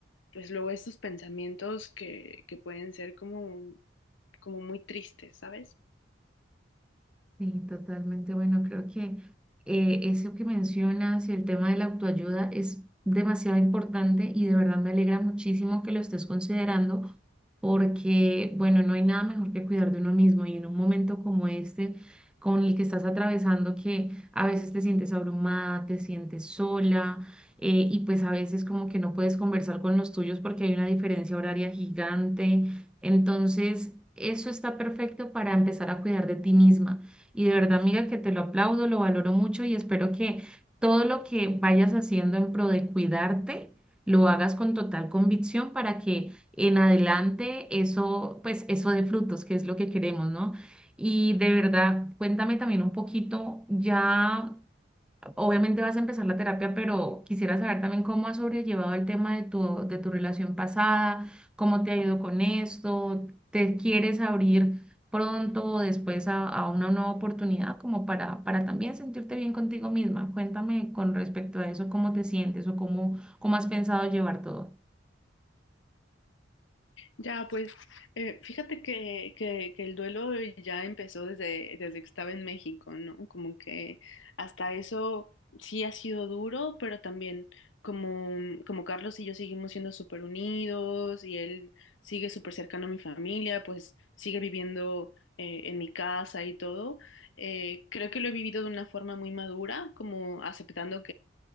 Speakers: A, on the left; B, in the centre.
A: pues luego estos pensamientos que, que pueden ser como, como muy tristes, ¿sabes?
B: Sí, totalmente. Bueno, creo que eh, eso que mencionas y el tema de la autoayuda es demasiado importante y de verdad me alegra muchísimo que lo estés considerando porque, bueno, no hay nada mejor que cuidar de uno mismo y en un momento como este, con el que estás atravesando, que a veces te sientes abrumada, te sientes sola eh, y pues a veces como que no puedes conversar con los tuyos porque hay una diferencia horaria gigante. Entonces, eso está perfecto para empezar a cuidar de ti misma y de verdad, amiga, que te lo aplaudo, lo valoro mucho y espero que todo lo que vayas haciendo en pro de cuidarte, lo hagas con total convicción para que en adelante eso, pues eso dé frutos, que es lo que queremos, ¿no? Y de verdad, cuéntame también un poquito ya obviamente vas a empezar la terapia, pero quisiera saber también cómo has sobrellevado el tema de tu, de tu relación pasada, cómo te ha ido con esto, te quieres abrir pronto o después a, a una nueva oportunidad como para, para también sentirte bien contigo misma. Cuéntame con respecto a eso, cómo te sientes o cómo, cómo has pensado llevar todo.
A: Ya, pues eh, fíjate que, que- que el duelo ya empezó desde, desde que estaba en México, ¿no? Como que hasta eso sí ha sido duro, pero también como, como Carlos y yo seguimos siendo súper unidos y él sigue súper cercano a mi familia, pues sigue viviendo eh, en mi casa y todo. eh, creo que lo he vivido de una forma muy madura, como aceptando